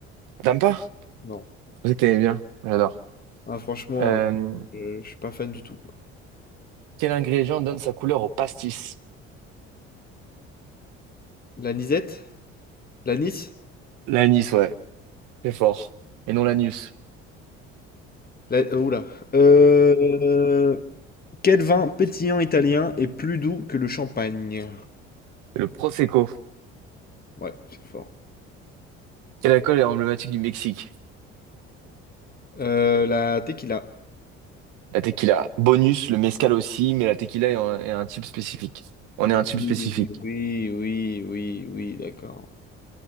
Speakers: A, on the right; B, on the left.
A: T'aimes pas?
B: Non.
A: Je pensais que t'aimais bien. J'adore.
B: Ah, franchement,
A: Euh,
B: euh, je je suis pas fan du tout, quoi.
A: quel ingrédient donne sa couleur au pastis?
B: La Nisette? La Nice?
A: L'anis, ouais. C'est fort. Et non l'anus.
B: La... euh, Oula. Euh... Quel vin pétillant italien est plus doux que le champagne?
A: Le Prosecco.
B: Ouais, c'est fort.
A: Quel alcool est emblématique du Mexique?
B: Euh, la tequila.
A: La tequila. Bonus, le mezcal aussi, mais la tequila est, un est un type spécifique. On
B: Oui,
A: est un type spécifique.
B: oui, oui, oui, oui, d'accord.